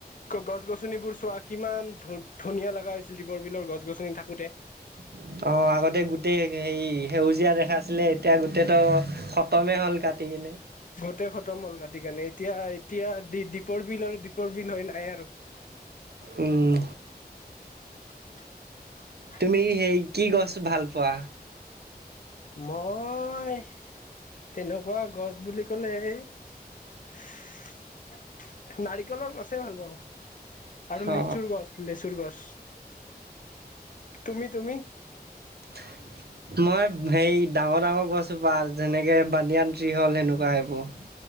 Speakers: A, on the left; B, on the right.
A: গছ গছনিবোৰ চোৱা কিমান ধ-ধুনীয়া লগা হৈছিল দীপৰ বিলৰ গছ গছনি থাকোতে।
B: <inaudible> অ', আগতে গোটেই হেৰি সেউজীয়া দেখাইছিলে এতিয়া গোটেইটো খতমেই হ'ল কাটি কিনে।
A: গোটোই খতম হ'ল কাটি কেনে এতিয়া এতিয়া দ্বীপৰ বিল আৰু দ্বীপৰ বিল হয় নাই আৰু।
B: উম।
A: <inaudible>
B: তুমি সেই কি গছ ভাল পোৱা?
A: মই‌ তেনেকুৱা গছ বুলি ক'লে নাৰিকলৰ গছে ভাল পাওঁ। আৰু
B: অ
A: লিচুৰ গছ লিচুৰ গছ, তুমি তুমি?
B: <inaudible> মই হেৰি ডাঙৰ ডাঙৰ গছজোপা যেনেকে বানন্দীয়ান ট্ৰী হ'ল সেনেকুৱা সেইবোৰ।